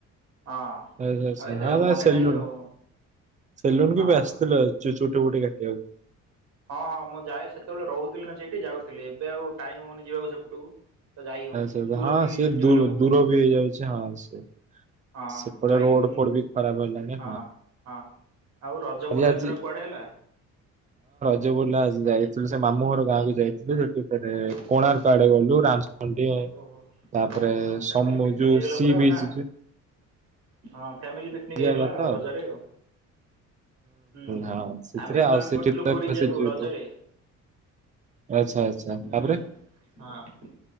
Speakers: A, on the right; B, on the right.
A: <unintelligible>
B: ହଁ। ଆଉ ଏତେ ମନେ
A: ଚୁଟି
B: ନାହିଁ ଆଉ
A: ଫୁଟି
B: ହଁ ହଁ।
A: କାଟିବାକୁ
B: ହଁ ହଁ ମୁଁ ଯାଏ, ସେତେବେଳେ ରହୁଥିଲି ନା ସେଇଠି ଯାଉଥିଲି। ଏବେ ଆଉ ଟାଇମ ହଉନି ଯିବାକୁ ସେପଟକୁ। ତ ଯାଇ ହଉନି
A: ଆଛା
B: ଦୂର
A: ହଁ
B: ବି ହେଇଯାଉଛି
A: ସେ
B: ଟିକେ
A: ଦୂ
B: ନାକୁ
A: ଦୂର ବି ହେ ହେଇଯାଉଚି ହଁ ସେ
B: ହଁ
A: ସେପଟେ
B: ଯାଇ
A: ରୋଡ
B: ହୋଉନି
A: ଫୋଡ ବି ଖରାପ ହେଲାଣି
B: ହଁ, ହଁ, ଆଉ ରଜ
A: ଆଜି
B: ବୁଲା
A: ଆଜି
B: ଏଥର କୁଆଡେ ହେଲା?
A: ଯ ବୁଲା ଆଜି ଯାଇଥିଲୁ ସେ ମାମୁ ଘର ଗାଁକୁ ଯାଇଥିଲୁ ସେଠି ଫେରେ
B: ହଁ
A: କୋଣାର୍କ ଆଡେ ଗଲୁ, ରାମଚଣ୍ଡୀ
B: ଓହୋ
A: ତାପରେ
B: ହଁ ଫ୍ୟାମିଲି
A: ସମୁ
B: ପିକନିକ୍
A: ଯୋଉ
B: ହେଇଗଲା
A: ସି
B: ପୁରା ଆଉ
A: ବିଚ୍
B: ନା? ହଁ ଫ୍ୟାମିଲି ପିକନିକ
A: ଯିବା
B: ହେଇଗଲା
A: କଥା
B: ଆଉ, ରଜରେ ଆଉ। ହୁଁ
A: ହଁ ସେଥିରେ
B: ଆମେ ବି ପ୍ଲାନ
A: ଆଉ ସେଠି
B: କରୁଥିଲୁ
A: ତ
B: ପୁରୀ ଯିବାକୁ
A: ସେ ଯୋଉ
B: ରଜରେ,
A: ଦୋ- ଆଚ୍ଛା ଆଚ୍ଛା
B: ହୁଁ
A: ତାପରେ
B: ହଁ,